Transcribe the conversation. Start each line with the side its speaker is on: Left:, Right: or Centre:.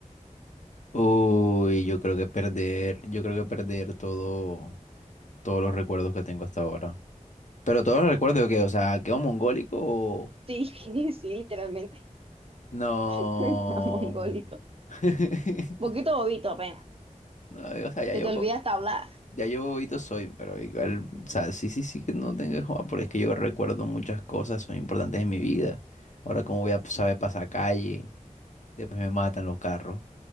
Left: Uy, yo creo que perder, yo creo que perder todo, todos los recuerdos que tengo hasta ahora. Pero todos los recuerdos que, o sea, quedo mongólico o...
Right: Sí, <laughs> sí, literalmente.
Left: No.
Right: <laughs> Está Mongólico.
Left: <laughs>
Right: Poquito bobito apenas.
Left: No, o sea, ya
Right: Se
Left: yo,
Right: te olvida
Left: bo-
Right: hasta hablar.
Left: ya yo bobito soy, pero igual, o sea, sí, sí, sí que no tengo que jugar, porque es que yo recuerdo muchas cosas, son importantes en mi vida. Ahora, como voy a saber pasar calle, después me matan los carros.